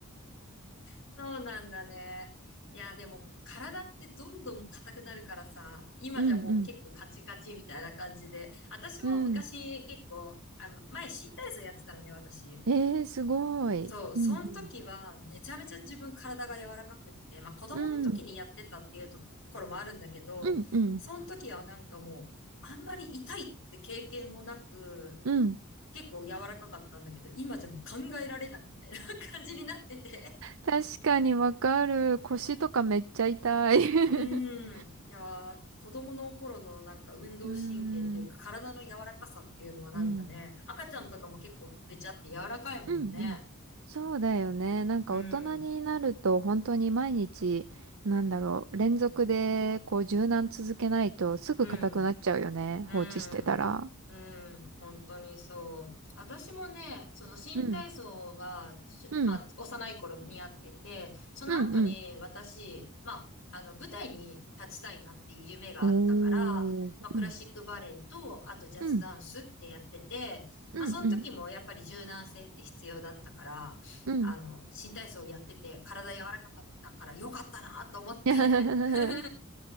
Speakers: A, on the left; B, on the right.
A: そうなんだね。いや、でも体ってどんどん硬くなるからさ、今じゃもう結構カチカチみたいな感じで。
B: うんうん
A: 私も昔結構、
B: うん。うん。
A: あ、前新体操やってたのね、私。
B: えー、すごい。
A: そう、その時はめちゃめちゃ自分体が柔らかくって、
B: うん
A: まあ子供の時にやってたっていうところもあるんだけど、
B: うん。うん。うんうん。
A: その時はなんかもうあんまり痛いって経験もなく、
B: うん。
A: 結構柔らかかったんだけど、今じゃもう考えられないみたいな <laughs> 感じになってて。
B: 確かにわかる。腰とかめっちゃ痛い。
A: うーん。
B: <laughs>
A: いやー、子供の頃のなんか運動神経っていうか体の柔らかさっていうのはなんかね、
B: うーん。うん。
A: 赤ちゃんとかも結構べちゃって柔らかいもんね。
B: うんうん。そうだよね。なんか大人になると本当に毎日、
A: うん。
B: なんだろう、連続でこう柔軟続けないとすぐ硬くなっちゃうよね。
A: うん。う
B: 放置してたら。
A: ん。うん。本当にそう。私もね、その新体操は、
B: うん。
A: しまあ、
B: うん。
A: 幼い頃にやってて、その後に私、
B: うんうん。
A: まあ、あの、舞台に立ちたいなっていう夢があったから、
B: おー。
A: まあ、クラシックバレエと、
B: うん。
A: あとジャズダンスってやってて、
B: うん。うんうん。
A: まあ、その時もやっぱり柔軟性って必要だったから、
B: うん。
A: あの、新体操をやってて、体柔らかかったから良かったなと思って
B: <laughs>
A: <laughs>